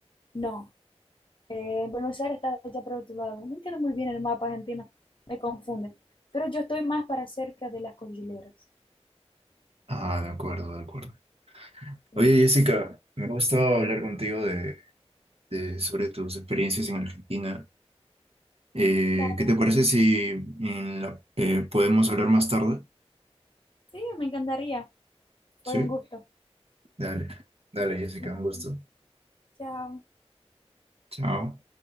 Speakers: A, on the left; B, on the right.
A: No, eh, Buenos Aires está allá por otro lado. No entiendo muy bien el mapa argentino, me confunde. Pero yo estoy más para cerca de las cordilleras.
B: Ah, de acuerdo, de acuerdo.
A: Sí,
B: Oye, Jessica, me ha gustado hablar contigo de, de- sobre tus experiencias en Argentina. Eh,
A: Dale.
B: ¿qué te parece si en la- eh, podemos hablar más tarde?
A: sí, me encantaría. Fue
B: Sí.
A: un gusto.
B: Dale, dale, Jessica,
A: Nada,
B: un gusto.
A: Chao.
B: Chao.